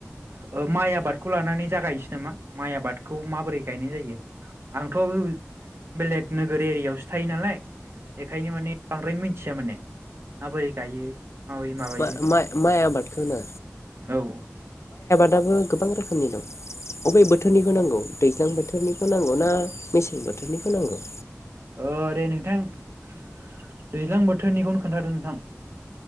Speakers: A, on the right (about 55°); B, on the left (about 70°).
A: ओ माइ आबादखौ लानानै जागाय सि नामा माइ आबादखौ माबोरै गायनाय जायो आंथ' बेलेग नोगोर एरियायावसो थायो नालाय बेखायनो माने बांद्राय मिथिया माने माबोरै गायो माबोरै माबायो
B: मा-मा-माइ आबादखौ होनो
A: <inaudible> औ
B: दाबो गोबां रोखोम रोखोमनि दं अबे बोथोरनिखौ नांगौ दैज्लां बोथोरनिखौ नांगौ ना मेसें बोथोरनिखौ नांगौ
A: ओ दे नोंथां दैज्लां बोथोरनिखौनो खोन्थादो नोंथां